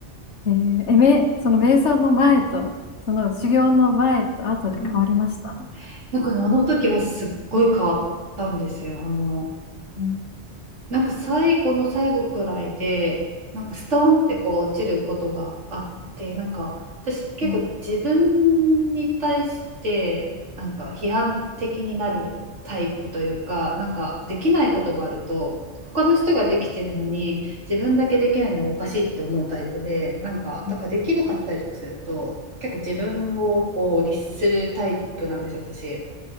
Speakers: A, on the left; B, on the right.
A: えー、え、め、その瞑想の前と、その修行の前と後で変わりました
B: う。うんうん。なんかねあの時はすっごい変わったんですよ。あの、
A: うんうん
B: なんか最後の最後くらいで、なんかストーンってこう落ちることがあって、なんか私結構自分に対してなんか批判的になるタイプというか、
A: うん
B: なんかできないことがあると、他の人ができてるのに自分だけできないのはおかしいって思うタイプで、なんかだからできなかったりとかすると、
A: うん
B: 結構自分をこう律するタイプなんですよ、私。